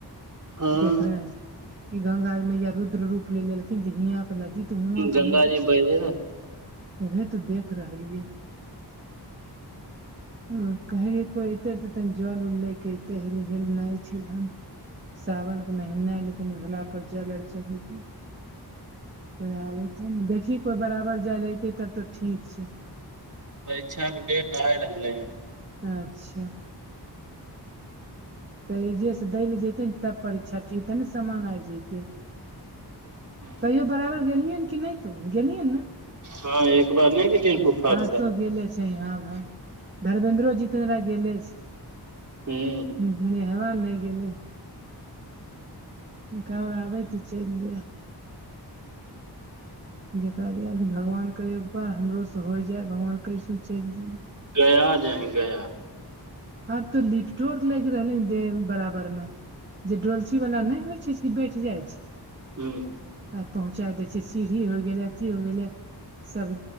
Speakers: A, on the right; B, on the right.
A: हँ
B: देखरे ई गंगा मैया रुद्र रूप ले लेलखिन तऽ हियाँ के नदी तऽ हुआँ
A: गंगाजी
B: के नदी
A: बहे ने
B: उहे तऽ देख रहलियै
A: <inaudible>
B: ओ कहे रहै कोइ एते रहै तऽ तनी जल उल ले के एतै हेल नय छै इहाँ सावनक के महीना एलै तनी भोला पर जल आर चढैतियै देखही कोइ बराबर जाइ लैतै तब तऽ ठीक छै
A: परीक्षाके डेट आइ रहलै हन
B: अच्छा तऽ एहिजेसे दै ले जैते नऽ तब परीक्षा ठीक तै न सामान आइ जैतै
A: हन
B: कहियो बराबर गेलहि हन कि नय तों गेलहि हन ने
A: हँ एक बाद नय गेलियै फुफाक
B: हँ
A: साथ
B: तो गेलै छै यहाँ भाय धर्मेेंन्द्रो जितेन्द्रा गेलेसे
A: हूँ
B: हुँ हुँ नेहरा नय गेलै एक आओर आबै तऽ चलि जाय जेकरा जे भगवान करे हमरो से होइ जाय भगवान कैसो चलि
A: गया जाय हय गया
B: आब तो लिफ्टो आर लैग रहलै हेन दे बराबर मे जे डोलची वाला नय होइ छै कि बैठ जाइ छै
A: हुँ
B: आ पहुँचाइ दै छियै सीढ़ी होइ गेलै अथी होइ गेलै सब